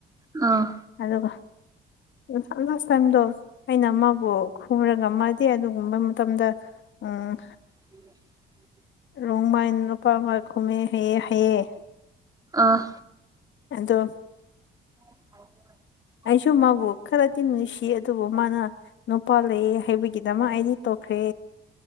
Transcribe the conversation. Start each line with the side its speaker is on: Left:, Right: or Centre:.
Right: ꯑꯥ
Left: ꯑꯗꯨꯒ ꯉꯊꯥ ꯂꯥꯁ ꯇꯥꯏꯝꯗꯣ ꯑꯩꯅ ꯑꯃꯕꯨ ꯈꯨꯝꯔꯒ ꯃꯥꯗꯤ ꯑꯗꯨꯒꯨꯝꯕ ꯃꯇꯝꯗ ꯑꯥ
Right: <inaudible>
Left: ꯔꯣꯡꯃꯥꯏꯟ ꯅꯨꯄꯥ ꯑꯃ ꯈꯨꯝꯃꯦ ꯍꯩꯌ‌ꯦ ꯍꯥꯢꯌ‌ꯦ
Right: ꯑꯥ
Left: ꯑꯗꯨ
Right: <inaudible>
Left: ꯑꯩꯁꯨ ꯃꯥꯕꯨ ꯈꯔꯗꯤ ꯅꯨꯡꯁꯤꯌꯦ ꯑꯗꯨꯕꯨ ꯃꯥꯅ ꯅꯨꯄꯥ ꯂꯩꯌꯦ ꯍꯥꯏꯕꯒꯤꯗꯃꯛ ꯑꯩꯗꯤ ꯇꯣꯛꯈ꯭ꯔꯦ